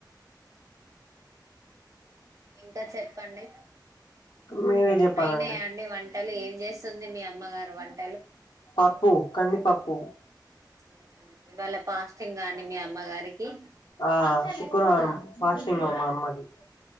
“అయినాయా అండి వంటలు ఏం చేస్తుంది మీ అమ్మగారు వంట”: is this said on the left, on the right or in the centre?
Right